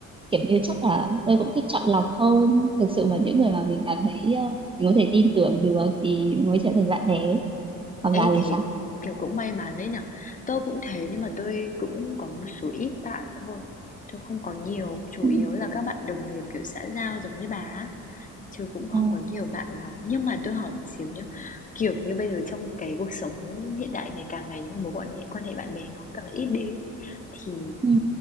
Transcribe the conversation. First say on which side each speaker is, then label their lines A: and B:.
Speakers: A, on the right; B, on the left.
A: kiểu như chắc là tôi cũng thích chọn lọc hơn thực sự
B: Ừ.
A: mà những người mà mình cảm thấy ờ, mình có thể tin tưởng được thì mình mới trở thành bạn bè còn
B: Ê
A: bà thì
B: thì
A: sao
B: kiểu cũng may mắn đấy nhở Tôi cũng thế nhưng mà tôi cũng có một số ít bạn thôi Tôi không có nhiều Chủ
A: Ừ.
B: yếu là các bạn đồng nghiệp kiểu xã giao giống như bà á. Chứ cũng không
A: Ờ.
B: có nhiều bạn lắm Nhưng mà tôi hỏi một xíu nhá Kiểu như bây giờ trong cái cuộc sống hiện đại này Càng ngày những cái mối quan hệ, quan hệ bạn bè nó càng ít đi ấy. Thì
A: Ừ.